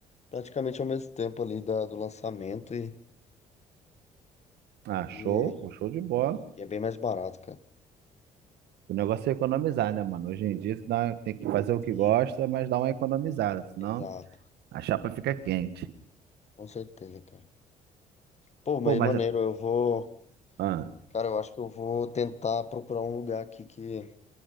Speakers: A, on the left; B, on the right.
A: praticamente ao mesmo tempo ali da, do lançamento e,
B: Ah,
A: e,
B: show, pô, show de bola.
A: e é bem mais barato, cara.
B: O negócio é economizar, né, mano? Hoje em dia você dá- tem que fazer o que
A: Sim,
B: gosta, mas dá uma economizada, senão
A: exato.
B: a chapa fica quente.
A: Com certeza, cara. Pô, mas
B: Pô, mas.
A: maneiro, eu vou.
B: Ah,
A: Cara, eu acho que eu vou tentar procurar um lugar aqui que,